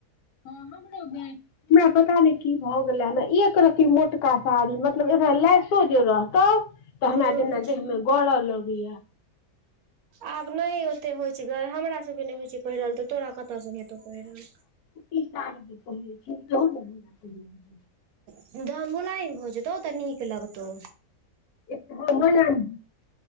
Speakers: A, on the left (about 80°); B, on the right (about 75°).
A: हाँ हमरो भेज हमरा पता नै की भऽ गेले हमरा एक रती मोटका साड़ी मतलब एगो लेश सो जे रहतौ तऽ
B: हूँ
A: हमरा जेना देहमे गड़ लगैया।
B: आब नै ओते होइ छै गे हमरा सभके नै होइ छै पहिरल तऽ तोरा कतयसँ हेतौ पहिरल।
A: ई साड़ी जे पहिरे छी सेहो नै हमरा पहिर
B: जहन मोलाइम भऽ जेतौ तऽ नीक लगतो।
A: एक हाँ मुलायम